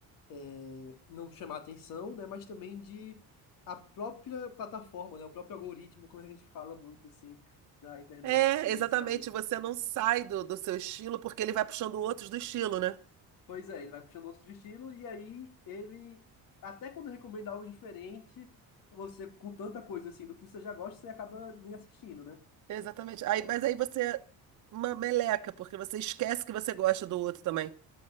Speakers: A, on the left; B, on the right.
A: é, não chamar atenção, né, mas também de a própria plataforma, né, o próprio algoritmo, quando a gente fala muito assim da internet,
B: É,
A: que tem
B: exatamente,
A: esses algoritmos.
B: você não sai do, do seu estilo porque ele vai puxando outros do estilo, né?
A: Pois é, ele vai puxando outros estilos e aí ele, até quando recomenda algo diferente, você, com tanta coisa assim do que você já gosta, você acaba nem assistindo, né?
B: Exatamente. Aí, mas aí você uma meleca, porque você esquece que você gosta do outro também.